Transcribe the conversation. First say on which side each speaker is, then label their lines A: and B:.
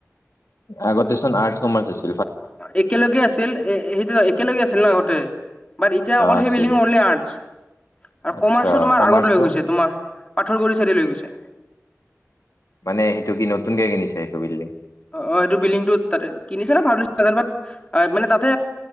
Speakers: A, on the left; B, on the left.
A: আগতে চোন আৰ্টছ কমাৰ্চ আছে
B: একেলগে আছিল এ সেইটো একেলগে আছিল ন আগতে বাট এতিয়া অকল
A: অ
B: সেই
A: আছিল
B: বিল্ডিংলি আৰ্টচ আৰু
A: আচ্ছা
B: কমাৰ্চো তোমাৰ
A: কমাৰ্চটো
B: আগত লৈ গৈছে তোমাৰ পাথৰ গুৰি চায়দে লৈ গৈছে
A: মানে সেইটো কি নতুনকে কিনিছে সেইটো বিল্ডিং
B: অ অ সেইটো বিল্ডিংটো তাতে কিনিছে নে ভাড়াত লৈছে নাজানো বাত তাতে